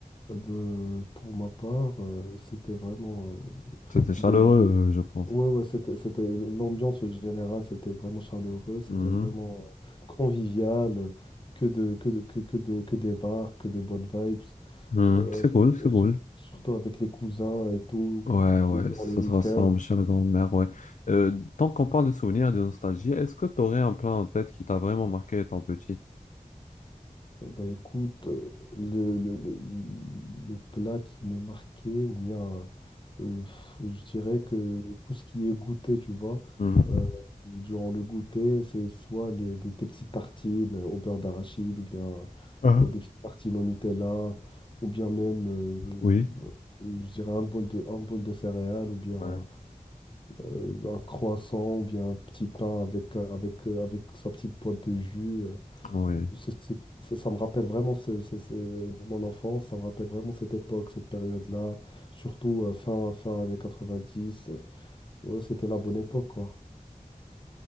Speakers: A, on the left; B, on the left.
A: Euh, ben, pour ma part, euh, c'était vraiment
B: <laughs>
A: euh,
B: C'était chaleureux,
A: des jeux.
B: euh, je pense.
A: Ouais, ouais, c'était, c'était l'ambiance générale, c'était vraiment chaleureux, c'était
B: Mhm.
A: vraiment euh, convivial, euh, que de, que de, que, que de, que des bars, que de bonnes vibes,
B: Mhm.
A: euh,
B: C'est cool, c'est
A: et
B: cool.
A: sur- surtout avec les cousins et tout,
B: Ouais, ouais,
A: durant
B: ça
A: les week-ends.
B: se ressemble chez la grand-mère, ouais. Euh, tant qu'on parle de souvenirs et de nostalgie, est-ce que tu aurais un plat en tête qui t'a vraiment marqué étant petit?
A: Bah écoute, euh, le, le, le- le plat qui me marquait, ou bien euh, pff, je dirais que tout ce qui est goûter, tu vois,
B: Mhm.
A: euh, durant le goûter, c'est soit les- des, des petites tartines euh, au beurre d'arachide, ou bien
B: Ah.
A: euh, des petites tartines au Nutella, ou bien même, euh, b-
B: Oui.
A: je dirais, un bol de, un bol de céréales, ou bien
B: Ouais.
A: euh, un croissant, ou bien un petit pain avec, avec, avec sa petite boîte de jus
B: Oui.
A: c'est- c'est- c'est- ça me rappelle vraiment ce- ce- ce- mon enfance, ça me rappelle vraiment cette époque, cette période-là, surtout euh, fin, fin années 90. euh, ouais, c'était la bonne époque, quoi.